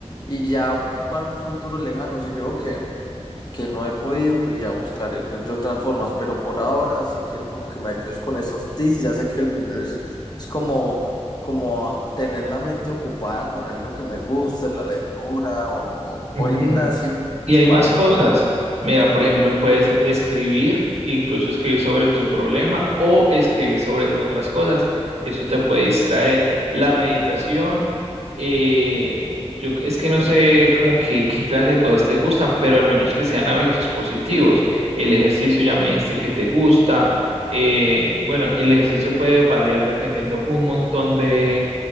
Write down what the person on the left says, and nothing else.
y ya para un futuro lejano, si yo veo que que no he podido, pues ya buscaré pues, de otras formas, pero por ahora sí quiero como que me ayudes con esos tips, ya sé que el primero es, es como, como tener la mente ocupada con algo que me guste, la lectura o,
o el gimnasio,
para yo